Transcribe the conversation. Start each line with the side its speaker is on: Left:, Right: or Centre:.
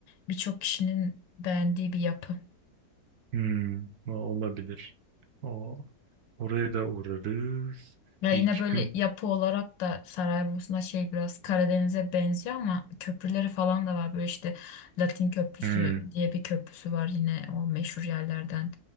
Left: birçok kişinin beğendiği bir yapı.
Right: hmm, o olabilir. O, oraya da uğrarız.
Left: Ya
Right: Bir
Left: yine
Right: iki
Left: böyle
Right: gün
Left: yapı olarak da Saraybosna şey biraz Karadeniz'e benziyor ama köprüleri falan da var. Böyle işte Latin Köprüsü
Right: Hmm,
Left: diye bir köprüsü var yine o meşhur yerlerden.